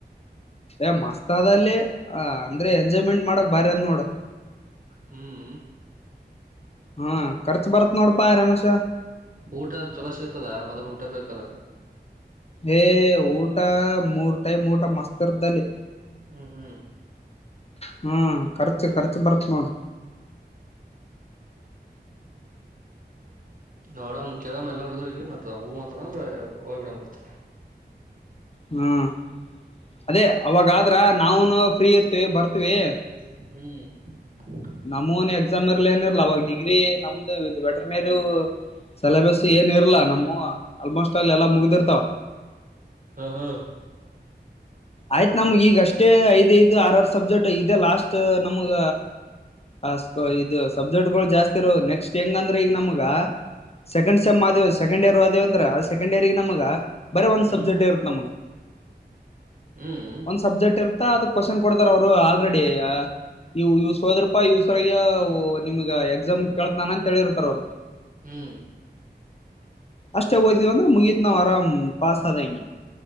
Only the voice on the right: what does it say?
ಹ್ಮ್
ಊಟ ಅದ ಛಲೋ ಸಿಗ್ತದ ಮೊದ್ಲು ಊಟ ಬೇಕಲ್ಲ.
ಹ್ಮ್ ಹ್ಮ್
ನೋಡಮ ಕೇಳ ಎಲ್ಲ ಹುಡುಗರ್ರಿಗೆ ಮತ್ತ ಹೂ ಅಂತ ಅಂದ್ರೆ ಹೋಗ್ ಬಿಡಾಕ್ ಬರತ್ತ
ಹ್ಮ್
ಹಲೋ
ಹ್ಮ್
ಹ್ಮ್
ಹ್ಮ್